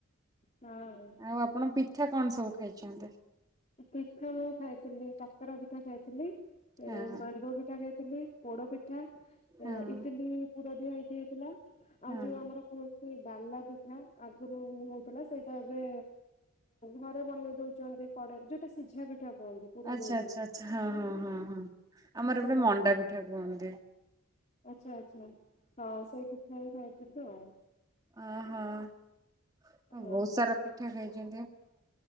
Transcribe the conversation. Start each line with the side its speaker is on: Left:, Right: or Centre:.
Left: ହଁ।
Right: ଆଉ ଆପଣ ପିଠା କଣ ସବୁ ଖାଇଛନ୍ତି।
Left: ପିଠା ମୁଁ ଖାଇଥିଲି ପତର ପିଠା ଖାଇଥିଲି। ଏ
Right: ହଁ
Left: ମାଣ୍ଡବ ପିଠା କେ ଥିଲେ ପୋଡପିଠା
Right: ହଁ
Left: ଆ ଇଟଲି ପୁର ଦିହ ହେଇକି ହେଇଥିଲା। ଆଉ
Right: ହଁ
Left: ଯୋଉ ଆମର କ ସେଇ ଡାଲା ପିଠା ଆଗରୁ ହଉଥିଲା ସେଇ ତ ଏବେ ଘରେ ବନେଇ ଦଉଛନ୍ତି। କଡ ଯୋଉଟା ସିଝା ପିଠା କୁହନ୍ତି ପୁର
Right: ଆଚ୍ଛା
Left: ଦେଇକି
Right: ଆଚ୍ଛା ଆଚ୍ଛା ହଁ ହଁ ହଁ ହଁ ଆମର
Left: ସେଇଟା
Right: ଏପଟେ ମଣ୍ଡା
Left: ବି
Right: ପିଠା କୁହନ୍ତି।
Left: ଆଛା ଆଛା ହଁ ସେଇ ଖ ତ କ
Right: ଓ ହୋ। ହ
Left: ହଁ।
Right: ବହୁତ ସାରା ପିଠା ଖାଇ ଜ